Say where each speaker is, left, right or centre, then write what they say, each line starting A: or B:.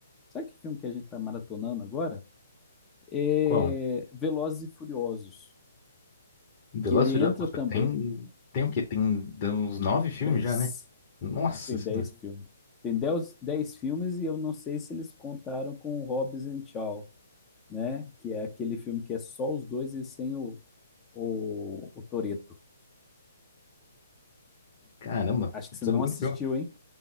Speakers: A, on the left; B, on the left.
A: sabe que filme que a gente tá maratonando agora? É
B: Qual?
A: Velozes e Furiosos,
B: Velozes
A: que ele
B: e Furiosos.
A: entra
B: Pô,
A: também
B: Tem, tem o quê? Tem uns nove
A: <laughs>
B: filmes
A: 10.
B: já, né? Nossa
A: Tem
B: senhora.
A: 10 filmes. Tem 10 10 filmes e eu não sei se eles contaram com o Hobbs and Shaw, né? Que é aquele filme que é só os dois e sem o, o, o Toretto.
B: Caramba.
A: Acho
B: Putz,
A: que você não
B: é muito
A: assistiu,
B: filme.
A: hein?